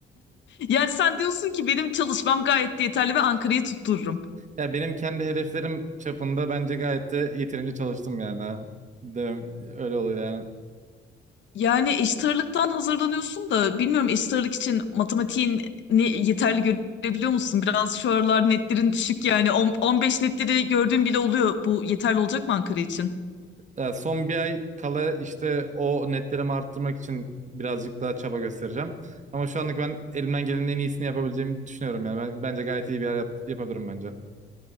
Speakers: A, on the left (about 65°); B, on the right (about 35°).
A: Yani sen diyorsun ki benim çalışmam gayet de yeterli ve Ankara'yı tuttururum.
B: Ya benim kendi hedeflerim çapında bence gayet de yeterince çalıştım yani. Demem, öyle olur yani.
A: Yani eşit ağırlıktan hazırlanıyorsun da bilmiyorum eşit ağırlık için matematiğin ne, yeterli görebiliyor musun? Biraz şu aralar netlerin düşük yani On- 15 netleri gördüğüm bile oluyor. Bu yeterli olacak mı Ankara için?
B: Ya son bir ay kala işte o netlerimi arttırmak için birazcık daha çaba göstereceğim. Ama şu anlık ben elimden gelenin en iyisini yapabileceğimi düşünüyorum yani. Ben, bence gayet iyi bir yer yap- yapabilirim bence.